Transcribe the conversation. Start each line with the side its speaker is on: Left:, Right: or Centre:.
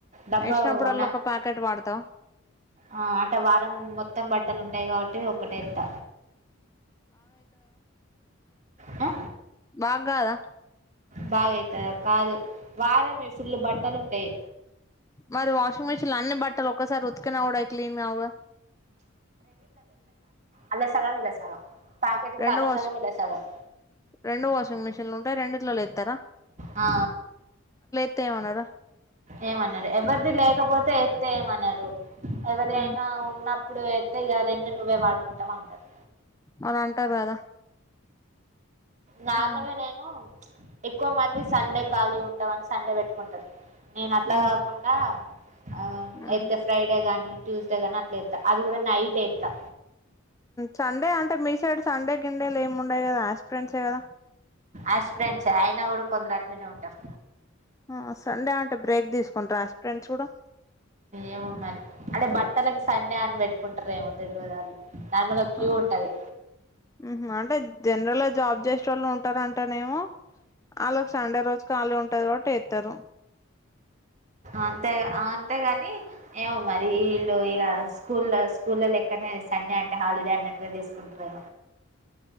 Right: డబ్బా
Left: వేసినప్పుడల్లా
Right: కొన్న
Left: ఒక ప్యాకెట్ వాడతావా
Right: ఆ అంటే వారం మొత్తం బట్టలు ఉంటాయి కాబట్టి ఒకటేంత ఆ
Left: మక్కాదా
Right: బాగైత కాదు వారమే ఫుల్లు బట్టలు ఉంటాయి
Left: మరి వాషింగ్ మిషిన్ లో అన్ని బట్టలు ఒక్కసారి ఉతికినా కూడా అవి క్లీన్ కావ్గా
Right: అలా సగం ఇలా సగం ప్యాకెట్ కూడా
Left: రెండు
Right: అల్ల
Left: వాష్
Right: సగం ఇలా సగం
Left: రెండు వాషింగ్ మిషిన్లు ఉంటే రెండింటిలో లేతర
Right: ఆ
Left: తెమన్నారు
Right: ఏమన్నాడు ఎవర్ది లేకపోతే తే ఏమన్నారు ఎవరియానా
Left: ఉమ్
Right: ఉన్నప్పుడు అయితే రెండు నువ్వే వాడుకుంటావ అంటారు
Left: మారంటారు కదా
Right: నార్మల్గ
Left: ఉమ్
Right: నేను ఎక్కువ మంది సండే కాలి ఉంటామని సండే పెట్టుకుంటారు నేను అట్లా
Left: ఉమ్
Right: కాకుండా ఆ
Left: ఉమ్
Right: ఐతే ఫ్రైడే గాని ట్యూస్డే గానీ అట్లా ఎత్తా అది కూడా నైట్ ఎస్తా
Left: సండే అంటే మీ సైడ్ సండే గిండేలు ఏమి ఉండయి కదా యాస్పిరెంట్సే కదా
Right: ఆస్పిరంట్స్ అయినా కూడా కొందరు అట్లునే ఉంటారు
Left: ఆ సండే అంటే బ్రేక్ తీసుకుంటరా ఆస్పిరంట్స్ కూడా
Right: ఏమో మరి అంటే బట్టలకి సండే అని పెట్టుకుంటారేమో తెలియదళ్ళు నార్మల్గా క్యూ
Left: ఆ
Right: ఉంటది
Left: ఉహు అంటే జనరల్ గా జాబ్ చేసేటోళ్ళు ఉంటారంటానేమో వాళ్ళకి సండే రోజు ఖాళీ ఉంటది కాబట్టి వస్తారు
Right: అంతే అంతేగాని ఏమో మరి ఈళ్ళు ఇగ స్కూల్లు స్కూల్లో లెక్కనే సండే అంటే హాలిడే అన్నట్టుగా తీసుకుంటరు